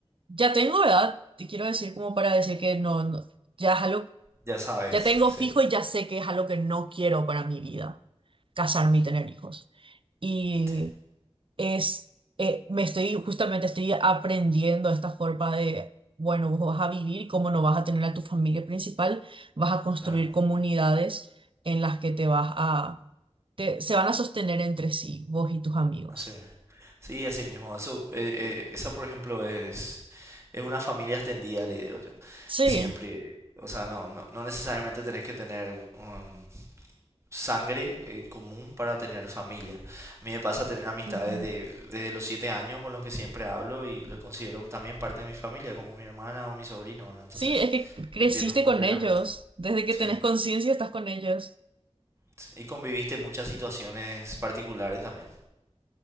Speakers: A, on the right; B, on the right.
A: ya tengo edad, te quiero decir como para decir que no, no- ya es algo,
B: Ya sabes,
A: ya tengo
B: sí,
A: fijo y ya sé que es algo que no quiero para mi vida, casarme y tener hijos. Y
B: entiendo,
A: es, eh, me estoy, justamente estoy aprendiendo esta forma de, bueno, vos vas a vivir y como no vas a tener a tu familia principal, vas a construir
B: claro,
A: comunidades en las que te vas a, te- se van a sostener entre sí, vos y tus amigos.
B: así Sí, así mismo. Eso, eh, eh, esa, por ejemplo, es, es una familia extendida, le digo yo.
A: Sí,
B: Siempre. O sea, no, no, no necesariamente tenés que tener um, sangre en común para tener familia. A mí me pasa tener amistades
A: ujú.
B: de, desde los siete años con los que siempre hablo y los considero también parte de mi familia, como mi hermana o mi sobrino, ¿verdad? Entonces,
A: Sí, es que creciste
B: entiendo completamente.
A: con ellos, desde que
B: Sí.
A: tenés conciencia estás con ellos
B: sí. Y conviviste muchas situaciones particulares también.